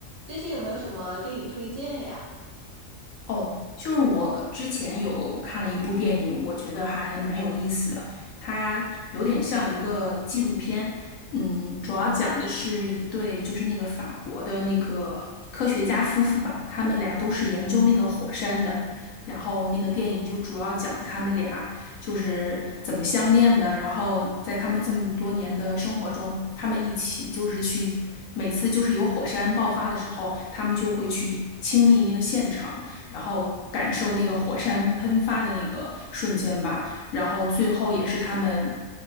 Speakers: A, on the right; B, on the left.
A: 最近有没有什么电影推荐呀？
B: 哦，就是我之前有看了一部电影，我觉得还蛮有意思的。它有点像一个纪录片，嗯，主要讲的是一对就是那个法国的那个科学家夫妇吧，他们俩都是研究那个火山的。然后那个电影就主要讲他们俩。就是怎么相恋的，然后在他们这么多年的生活中，他们一起就是去，每次就是有火山爆发的时候，他们就会去亲历那个现场，然后感受那个火山喷发的那个瞬间吧，然后最后也是他们。